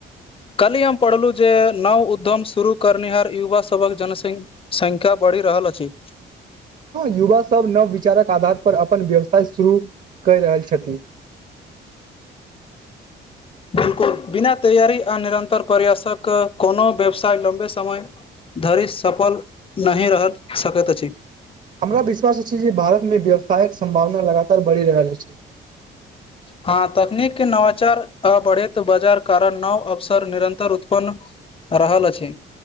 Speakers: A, on the left (about 25°); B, on the right (about 45°).
A: कल्हि हम पढ़लहुँ जे नव उद्यम शुरू करनिहार युवा सभक जन संख्या बढ़ि रहल अछि
B: युवा सब नव विचारक आधार पर अपन व्यवसाय शुरू कर रहल छथिन
A: बिल्कुल बिना तैयारी आ निरन्तर प्रयासक कोनो व्यवसाय लम्बे समय धरि सफल नहि रहि सकत अछि
B: हमरा विश्वास अछि जे भारत मे व्यवसायक सम्भावना लगातार बढ़ि रहल अछि
A: हँ तकनीक के नवाचार अ बढ़ैत बाजार कारण नव अवसर निरन्तर उत्पन्न रहल अछि